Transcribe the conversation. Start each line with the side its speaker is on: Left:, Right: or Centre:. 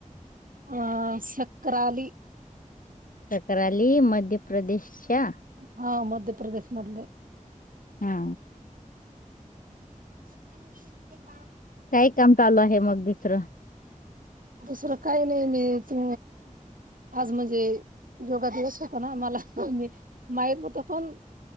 Right: अ सकराली.
Left: सकराली मध्य प्रदेशच्या?
Right: हा मध्य प्रदेश मधले....
Left: हा
Right: <unintelligible>
Left: काय काम चालू आहे मग दुसरं?
Right: दुसरं काही नाही मी तू आज म्हणजे योगा दिवस होता ना मला मी माहीत होत पण...